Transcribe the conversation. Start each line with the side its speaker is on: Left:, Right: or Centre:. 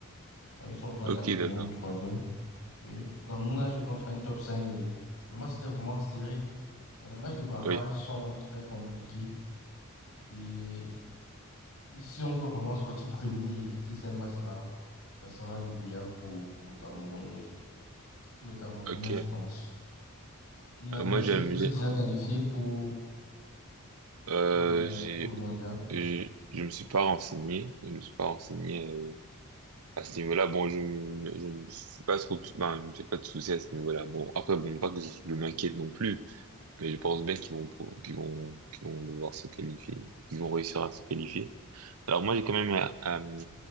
Left: Donc, ils sont soit
Right: Ok,
Left: quatrième
Right: d'accord.
Left: ou troisième. Oui, comme on a joué contre un top 5 et le match était vraiment serré. Dans les matchs de barrage
Right: Oui.
Left: sont très compliqués. Et si on peut vraiment sortir premier et éviter ces matchs-là, ça sera l'idéal pour, pour le Cameroun et pour les Camerounais,
Right: Ok. Euh,
Left: je pense. Et la
Right: moi,
Left: Belgique,
Right: j'aime,
Left: vous
Right: j'ai,
Left: êtes déjà qualifié pour,
Right: euh,
Left: pour, les-
Right: j'ai
Left: pour le mondial.
Right: Je, je me suis pas renseigné, je me suis pas renseigné euh, à ce niveau-là. Bon, je me, je me suis pas trop, ben, je me fais pas de soucis à ce niveau-là. Bon, après, bon, pas que je, je m'inquiète non plus, mais je pense bien qu'ils vont, pro- qu'ils vont, qu'ils vont devoir se qualifier, qu'ils vont réussir à se qualifier. Alors moi, j'ai quand même, euh, euh,